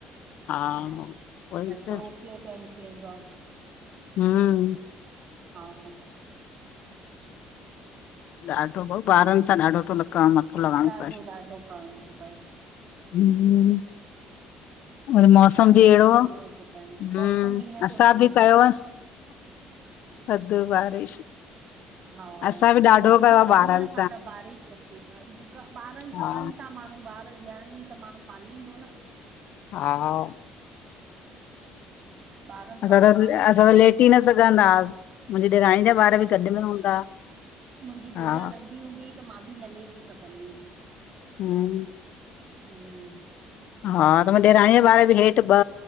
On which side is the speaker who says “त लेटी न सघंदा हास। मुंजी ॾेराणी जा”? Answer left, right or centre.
Left